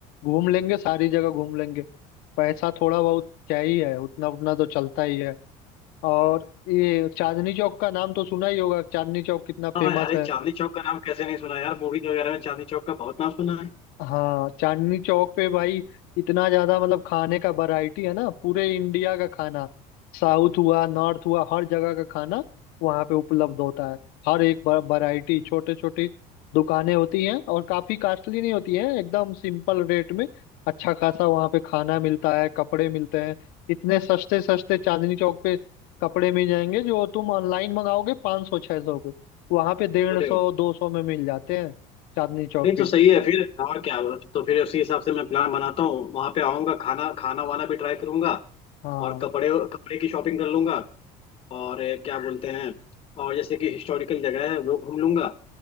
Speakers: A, on the left; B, on the left.
A: घूम लेंगे सारी जगह घूम लेंगे पैसा थोड़ा बहुत क्या ही है उतना उतना तो चलता ही है और ये चांदनी चौक का नाम तो सुना ही होगा चांदनी चौक कितना
B: हाँ
A: फेमस
B: यार ये
A: है
B: चांदनी चौक का नाम कैसे नहीं सुना यार मूवीज वगैरह में चांदनी चौक का बहुत नाम सुना है
A: हाँ चांदनी चौक पे भाई इतना ज्यादा मतलब खाने का वैरायटी है ना पूरे इंडिया का खाना साउथ हुआ नॉर्थ हुआ हर जगह का खाना वहाँ पे उपलब्ध होता है हर एक वैरायटी छोटे छोटे दुकानें होती हैं और काफी कॉस्टली नहीं होती है एकदम सिंपल रेट में अच्छा खासा वहाँ पे खाना मिलता है कपड़े मिलते हैं इतने सस्ते सस्ते चांदनी चौक पे कपड़े मिल जाएंगे जो तुम ऑनलाइन मंगाओगे पाँच सौ छः सौ पे वहाँ पे डेढ़
B: अरे
A: सौ
B: वाह।
A: दो सौ में मिल जाते हैं चांदनी चौक
B: नहीं
A: पे
B: तो सही है फिर और क्या तो फिर उसी हिसाब से मैं प्लान बनाता हूँ वहां पे आऊंगा खाना खाना वाना भी ट्राई करूंगा
A: हाँ
B: और कपड़े कपड़े की शॉपिंग कर लूंगा और ये क्या बोलते हैं और जैसे कि हिस्टोरिकल जगह है वो घूम लूंगा